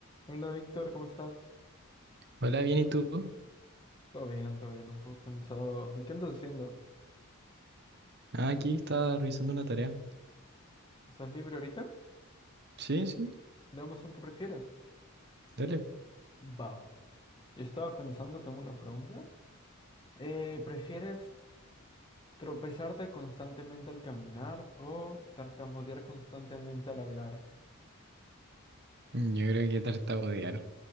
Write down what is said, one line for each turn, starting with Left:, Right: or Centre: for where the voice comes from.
Left: Hola Víctor, ¿cómo estás?
Right: Hola, bien, ¿y tú?
Left: Todo bien, todo bien, un poco cansado. ¿Y qué andas haciendo?
Right: Ah, aquí estaba revisando una tarea.
Left: ¿Estás libre ahorita?
Right: Sí, sí,
Left: Damos un que prefieres.
Right: dale.
Left: Va. va, va. Yo estaba pensando, tengo una pregunta. Eh, ¿prefieres tropezarte constantemente al caminar o tartamudear constantemente al hablar?
Right: Mm, Yo creo que tartamudear.